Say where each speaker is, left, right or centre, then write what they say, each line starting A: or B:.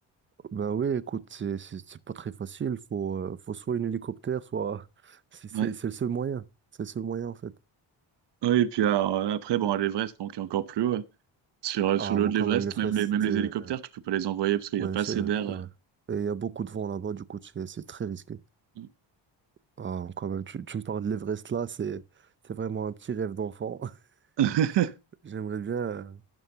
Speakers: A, on the right; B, on the right.
A: Ben oui, écoute, c'est c'est c'est pas très facile. Faut euh, faut soit un hélicoptère, soit <laughs> c'est c'est
B: Ouais.
A: c'est le seul moyen. C'est le seul moyen en fait.
B: Oui, et puis alors, euh, après, bon, à l'Everest, bon, qui est encore plus haut. ouais. Sur, euh, sur
A: Ah,
B: le
A: bon,
B: haut de
A: quand
B: l'Everest,
A: même, les fraises,
B: même les, même
A: c'est...
B: les
A: euh,
B: hélicoptères, tu peux pas les envoyer parce qu'il
A: Ouais,
B: n'y a pas
A: c'est
B: assez
A: vrai,
B: d'air.
A: c'est
B: euh.
A: vrai. Et il y a beaucoup de vent là-bas, du coup, c'est c'est très risqué.
B: Mm.
A: Ah, quand même, tu, tu me parles de l'Everest là, c'est c'est vraiment un petit rêve d'enfant. <laughs>
B: <laughs>
A: J'aimerais bien...